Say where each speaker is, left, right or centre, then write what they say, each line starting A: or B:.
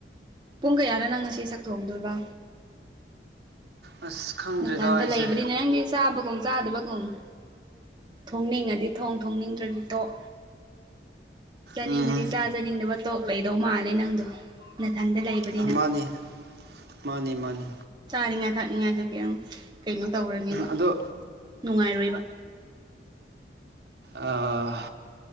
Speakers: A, on the right; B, on the right.
A: ꯄꯨꯡ ꯀꯌꯥꯅ ꯅꯪ ꯉꯁꯤ ꯆꯥꯛ ꯊꯣꯡꯗꯣꯏꯕ
B: ꯑꯁ ꯈꯪꯗ꯭ꯔꯦꯗ
A: ꯅꯊꯟꯇ
B: ꯑꯩꯁꯦ
A: ꯂꯩꯕꯅꯤꯅꯦ ꯅꯪꯗꯤ ꯆꯥꯕꯒꯨꯝ ꯆꯥꯗꯕꯒꯨꯝ ꯎꯝ ꯊꯣꯡꯅꯤꯡꯉꯗꯤ ꯊꯣꯡ ꯊꯣꯡꯅꯤꯡꯗ꯭ꯔꯗꯤ ꯇꯣꯛ ꯆꯥꯅꯤꯡꯉꯗꯤ
B: ꯎꯝ
A: ꯆꯥ ꯆꯥꯅꯤꯡꯗꯕ ꯇꯣꯛ ꯂꯩꯗꯧ ꯃꯥꯜꯂꯦ ꯅꯪꯗꯣ ꯅꯊꯟꯗ ꯂꯩꯕꯅꯤꯅ
B: ꯑꯥ ꯃꯥꯅꯤ ꯃꯥꯅꯤ ꯃꯥꯅꯤ
A: ꯆꯅꯤꯡꯉꯥ ꯊꯛꯅꯤꯡꯉꯥꯏꯁꯨ ꯀꯩꯝ ꯀꯩꯅꯣ ꯇꯧꯔꯅꯦꯕ
B: ꯑꯗꯣ
A: ꯅꯨꯡꯉꯥꯏꯔꯣꯏꯕ
B: ꯑꯥ